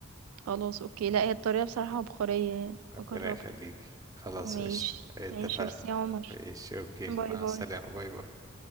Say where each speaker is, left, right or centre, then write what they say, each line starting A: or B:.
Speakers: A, on the right; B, on the right.
A: خلاص أوكي، لأ، هي الطريقة بصراحة عبقرية يعني،
B: ربنا
A: هاجرّبها.
B: يخليكي خلاص
A: ماشي،
B: قشطه اتفقنا
A: ماشي، ميرسي يا عمر،
B: ماشي اوكي
A: باي،
B: مع
A: باي.
B: السلامه باي باي